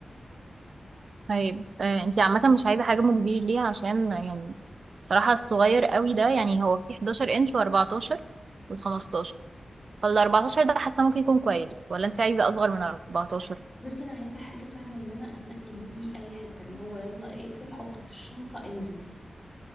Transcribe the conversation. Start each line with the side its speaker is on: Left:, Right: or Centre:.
Right: طيب آه انتي عامة مش عايزة حجم كبير ليه عشان يعني بصراحة الصغير قوي ده يعني هو في 11 انش و14 وال15 فال 14 ده حاسة ممكن يكون كويس ولا انتي عايزة اصغر من 14
Left: بس انا عايزه حاجه سهله ان انا اتنقل بيه اي حته اللي هو يلا اقفل حط في الشنطه انزل